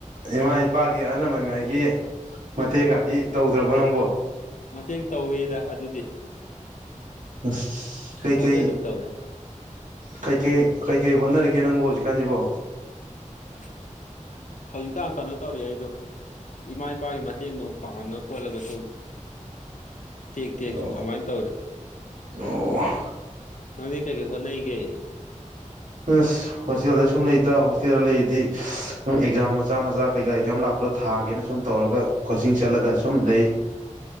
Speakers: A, on the right; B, on the left.
A: ꯏꯃꯥ ꯏꯄꯥꯒꯤ ꯑꯍꯜ ꯂꯃꯟꯉꯥꯏꯒꯤ ꯃꯇꯦꯡ ꯀꯇꯤ ꯇꯧꯗ꯭ꯔꯕꯣ ꯅꯪꯕꯣ
B: ꯃꯇꯦꯡ ꯇꯧꯋꯦ ꯗ ꯑꯗꯨꯗꯤ
A: ꯑ ꯀꯩ
B: ꯑꯗꯨꯗꯤ
A: ꯀꯩ
B: ꯑꯗꯨꯝ ꯇꯧꯋꯦ
A: ꯀꯩ ꯀꯩ ꯀꯩ ꯀꯩ ꯍꯣꯟꯅꯔ ꯦ ꯅꯪꯕꯣ ꯍꯧꯖꯤꯛꯀꯥꯟꯁꯤꯕꯣ
B: <unintelligible> ꯍꯧꯖꯤꯛꯀꯥꯟ ꯀꯩꯅꯣ ꯇꯧꯔꯤ ꯑꯩꯗꯣ ꯏꯃꯥ ꯏꯄꯥꯒꯤ ꯃꯇꯦꯡꯗꯣ ꯄꯥꯡꯉ ꯈꯣꯠꯂꯒ ꯁ ꯇꯦꯛ ꯇꯦꯛ
A: ꯑꯣ
B: ꯁꯨꯝ ꯑꯗꯨꯃꯥꯏꯅ ꯇꯧꯔꯤ
A: ꯑꯣ
B: ꯅꯪꯗꯤ ꯀꯩꯀꯩ ꯍꯣꯠꯅꯩꯒꯦ
A: ꯎꯝ ꯍꯣꯁꯇꯦꯜꯗ ꯁꯨꯝ ꯂꯩꯇ ꯍꯣꯁꯇꯦꯜꯗ ꯂꯩꯔꯗꯤ ꯅꯪ ꯑꯦꯛꯖꯥꯝ ꯃꯆꯥ ꯃꯆꯥ ꯀꯩꯀꯥ ꯑꯦꯛꯖꯥꯝ ꯂꯥꯛꯄꯗꯣ ꯊꯥꯒꯦꯅ ꯁꯨꯝ ꯇꯧꯔꯒ ꯀꯣꯆꯤꯡ ꯆꯠꯂꯒ ꯁꯨꯝ ꯂꯩ